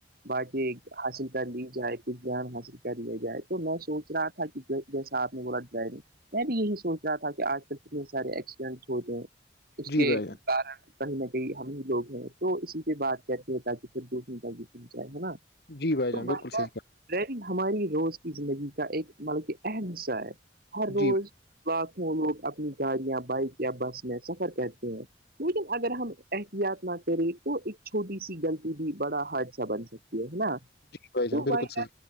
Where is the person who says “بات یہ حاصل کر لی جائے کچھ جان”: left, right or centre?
Right